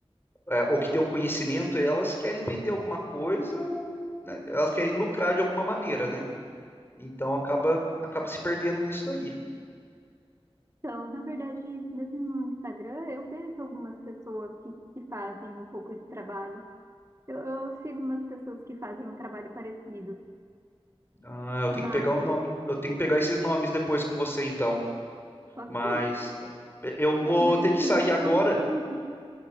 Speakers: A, on the left; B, on the right.
A: é, ou que têm o conhecimento, elas querem vender alguma coisa, ou, né, elas querem lucrar de alguma maneira, né? Então acaba, acaba se perdendo nisso daí.
B: Então, na verdade, mesmo no Instagram, eu vejo algumas pessoas que, que fazem um pouco esse trabalho. Eu, eu sigo umas pessoas que fazem um trabalho parecido,
A: Ah, eu tenho
B: mas
A: que pegar o nome, eu tenho que pegar esses nomes depois com você, então.
B: ok.
A: Mas eu
B: Ma-
A: vou
B: Mas
A: ter
B: assim,
A: que sair
B: não
A: agora.
B: são muitas.